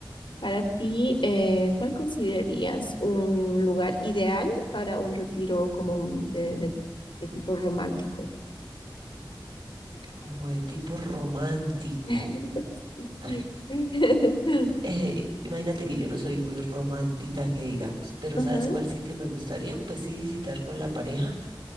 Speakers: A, on the left; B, on the right.
A: para ti, eh, ¿cuál considerarías un lugar ideal para un retiro como de, de- de tipo romántico?
B: Como de tipo romántico.
A: <laughs>
B: <laughs>
A: Sí. <laughs>
B: Eh, imagínate que yo no soy muy romántica, que digamos, pero
A: Ajá.
B: ¿sabes cuál sitio me gustaría? Pues sí, visitar con la pareja.